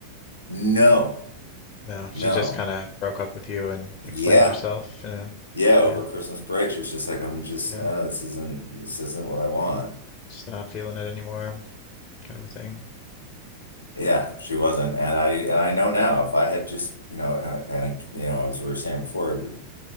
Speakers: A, on the left; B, on the left.
A: No.
B: No, she
A: No.
B: just kind of broke up with you and explained
A: Yeah.
B: herself in a
A: yeah, over
B: yeah,
A: Christmas break, she was just like, I'm just
B: yeah,
A: uh, this isn't this isn't what I want.
B: just not feeling it anymore, kind of a thing.
A: Yeah, she wasn't, and I and I know now if I had just you know uh, and I, you know as we were saying before, the-